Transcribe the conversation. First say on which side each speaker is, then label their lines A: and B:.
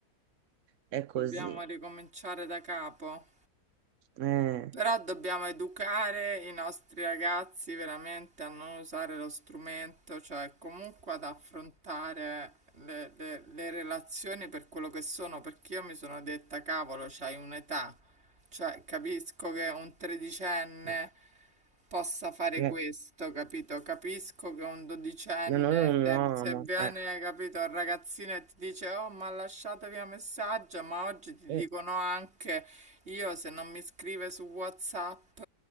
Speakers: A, on the right; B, on the right.
A: è così.
B: Dobbiamo ricominciare da capo.
A: Eh,
B: Però dobbiamo educare i nostri ragazzi veramente a non usare lo strumento, cioè comunque ad affrontare le, le- le relazioni per quello che sono, perché io mi sono detta, cavolo, c'hai un'età, cioè capisco che un tredicenne
A: eh,
B: possa fare
A: eh,
B: questo, capito? Capisco che un dodicenne,
A: ma non è un
B: se,
A: uomo.
B: se viene,
A: Eh,
B: capito, il ragazzino e ti dice, oh, ma lasciatevi un messaggio, ma oggi ti
A: eh,
B: dicono anche, io se non mi scrive su WhatsApp